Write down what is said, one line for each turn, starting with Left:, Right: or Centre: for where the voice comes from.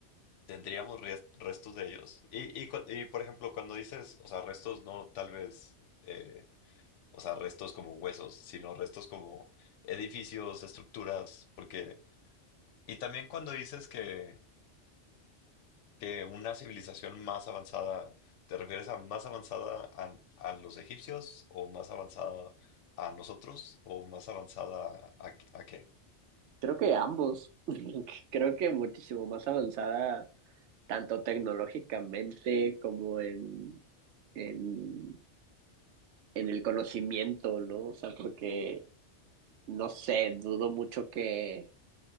Left: tendríamos res- restos de ellos. Y, y, cu- y, por ejemplo, cuando dices, o sea, restos no tal vez, eh, o sea, restos como huesos, sino restos como edificios, estructuras, porque... Y también cuando dices que, que una civilización más avanzada, ¿te refieres a más avanzada a, a los egipcios o más avanzada a nosotros o más avanzada a, a qué?
Right: Creo que ambos, <laughs> creo que muchísimo más avanzada, tanto tecnológicamente como en, en, en el conocimiento, ¿no? O sea, porque, no sé, dudo mucho que